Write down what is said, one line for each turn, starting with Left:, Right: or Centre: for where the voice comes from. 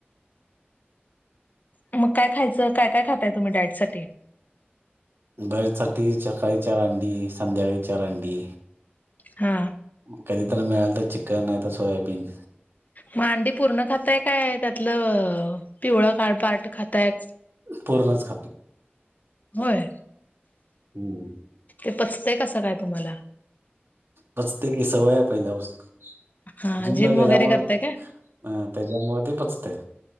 Left: मग काय खायचं काय काय खाताय तुम्ही डाएट साठी.
Right: डाएट साठी सकाळी चार आंडी संध्याकाळी चार आंडी.
Left: हा
Right: कधीतर मिळालं तर चिकन नाही तर सोयाबीन.
Left: म आंडी पूर्ण खाताय काय त्यातलं पिवळा का पार्ट खाताय.
Right: पूर्णच खातोय
Left: होय
Right: हम्म.
Left: ते पचतंय कसं काय तुम्हाला?
Right: पचतंय की सवय पहिल्या पासून
Left: हा
Right: जिमला
Left: जिम
Right: गेल्यामूळ
Left: वगैरे
Right: अ
Left: करताय काय
Right: त्याच्यामुळे ते पचतयं